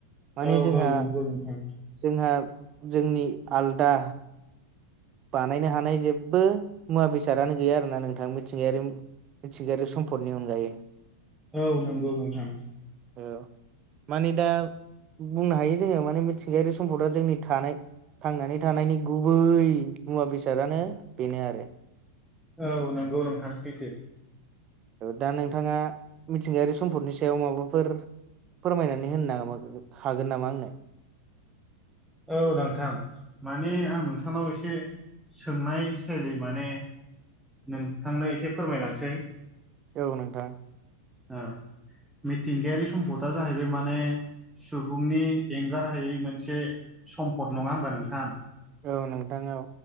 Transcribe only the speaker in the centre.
औ
औ नंगौ नोंथां
औ नंगौ नोंथां
औ नंगौ नोंथां सैथो
औ नांथां माने आं नोंथांनाव एसे सोंनाय स्टाइलै माने नोंथांनो एसे फोरमायलांसै
औ मिथिंगायारि सम्पदा जाहैबाय माने सुबुंनि एंगार हायै मोनसे सम्पद नङा होमबा नोंथां